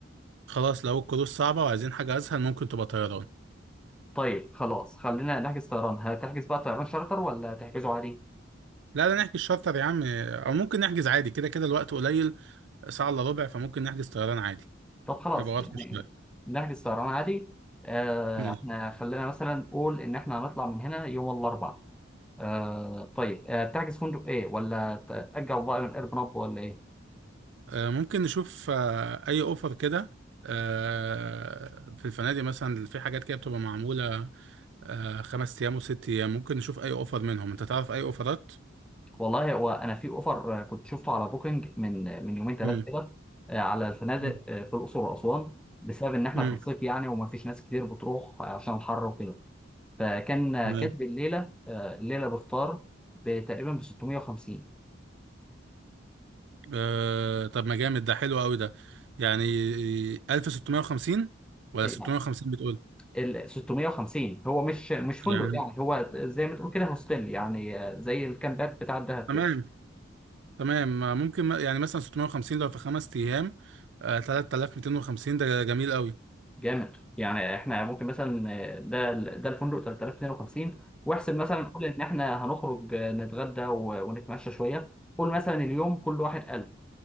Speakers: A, on the right; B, in the centre.
A: خلاص لو الكروز صعبة وعايزين حاجة اسهل ممكن تبقى طيران
B: طيب خلاص خلينا نحجز طيران هتحجز بقى طيران شارتر ولا تحجزه عادي
A: لا لا نحجز شارتر يا عم او ممكن نحجز عادي كده كده الوقت قليل ساعة الا ربع فممكن نحجز طيران عادي
B: طب خلاص
A: يبقى واضح
B: يعني
A: شوية
B: نحجز طيران عادي آه
A: ماشي.
B: احنا خلينا مثلا نقول ان احنا هنطلع من هنا يوم الاربعاء آه طيب آه تحجز فندق ايه ولا تأجل بقى من ايربناب ولا ايه
A: آه، ممكن نشوف آه، أي أوفر كده آه، في الفنادق مثلا في حاجات كده بتبقى معمولة آه، خمس أيام وست أيام ممكن نشوف أي أوفر منهم أنت تعرف أي أوفرات؟
B: والله هو انا في اوفر آه، كنت شفته على بوكينج من من يومين ثلاثه
A: مم.
B: كده آه على الفنادق
A: مم.
B: آه في الاقصر واسوان بسبب ان احنا
A: مم.
B: في الصيف يعني وما فيش ناس كتير بتروح عشان الحر وكده فكان آه،
A: تمام.
B: كاتب الليله آه الليله بفطار تقريبا ب 650
A: آه، طب ما جامد ده حلو أوي ده يعني 1650 ولا
B: إيه؟
A: 650 بتقول؟
B: ال 650 هو مش مش فندق
A: يعني
B: يعني هو زي ما تقول كده هوستيل يعني آه، زي الكامبات بتاع الدهب
A: تمام
B: كده
A: تمام آه، ممكن م- يعني مثلا 650 لو في خمس أيام آه، 3250 ده جميل أوي
B: جامد يعني احنا ممكن مثلا آه، ده ال- ده الفندق 3052 واحسب مثلا قول ان احنا هنخرج آه، نتغدى و- ونتمشى شويه قول مثلا اليوم كل واحد 1000